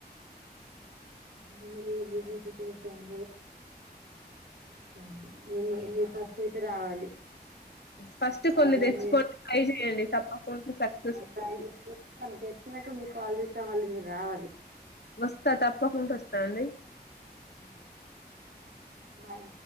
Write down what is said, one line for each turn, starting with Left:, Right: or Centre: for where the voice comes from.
Right: నేను ఈ బిజినెస్ అయితే పెట్టాను <inaudible> ఏందీ పో తేతే రావాలి
Left: ఫస్ట్ కొన్ని
Right: అలాగే
Left: తెచ్చుకొని ట్రై చేయండి తప్పకుండా సక్సెస్ అ
Right: ట్రై చేసి తెస్తాను తెచ్చినాక మీకు కాల్ జేస్తా మళ్ళీ మీరు రావాలి
Left: వస్తా తప్పకుండ వస్తా అండి
Right: ఓకే మేడం, బాయ్